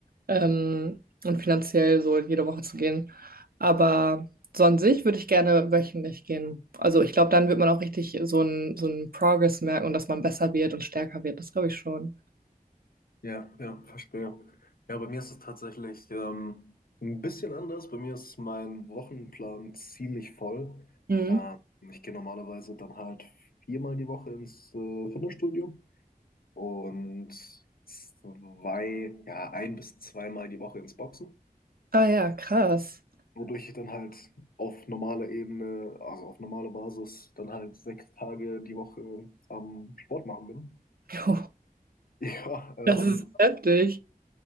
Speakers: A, on the right (about 75°); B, on the left (about 75°).
A: ähm, und finanziell so jede Woche zu gehen. Aber so an sich würde ich gerne wöchentlich gehen. Also ich glaube, dann wird man auch richtig so einen so einen Progress merken und dass man besser wird und stärker wird. Das glaube ich schon.
B: Ja, ja, verstehe. Ja, bei mir ist es tatsächlich ähm, ein bisschen anders. Bei mir ist mein Wochenplan ziemlich voll.
A: Mhm.
B: Ähm, ich gehe normalerweise dann halt viermal die Woche ins äh, Fitnessstudio. und zwei, ja, ein bis zweimal die Woche ins Boxen,
A: Ah ja, krass. <laughs>
B: wodurch ich dann halt auf normaler Ebene, also auf normaler Basis, dann halt sechs Tage die Woche am Sport machen bin. <laughs>
A: Jo,
B: Ja, ähm,
A: das ist heftig.